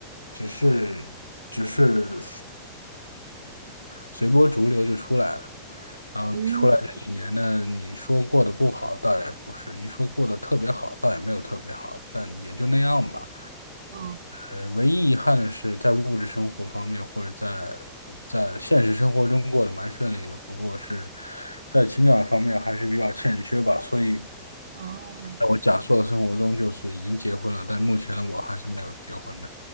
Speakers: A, on the left; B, on the right.
A: 只是，只是随波逐流就出来了。然后出来这几年呢，
B: 嗯，
A: 你说过得不好，倒也不是；你说过得特别好，倒也没有特别好，但也就那样吧。
B: 哦，
A: 呃，唯一遗憾的是，在物质生活方面，或者在在现实生活中过得蛮顺利的，不过是在情感方面还是比较欠缺吧。所以，
B: 哦，
A: 在我假设的生活中，就是已经结婚了，但目前的我还是没有结婚的，